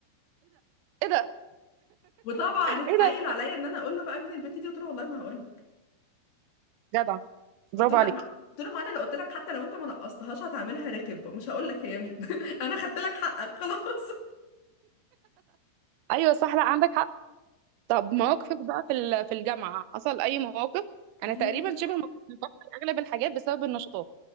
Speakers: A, on the right; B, on the left.
A: ايه ده
B: وطبعا اتحايل
A: ايه
B: عليا
A: ده
B: ان انا اقول له بقى مين البنت دي قلت له والله ما هقول
A: جدع برافو
B: قلت له
A: عليك
B: لا ما قلت له ما انا لو قلت لك حتى لو انت ما نقصتهاش هتعملها رخم فمش هقول لك هي مين <laughs> انا خدت لك حقك خلاص
A: ايوه صح لا عندك حق طب مواقفك بقى في ال- في الجامعة حصل اي مواقف انا
B: يا
A: تقريبا
B: لا
A: شبه ما كنت بفقد اغلب الحاجات بسبب النشاطات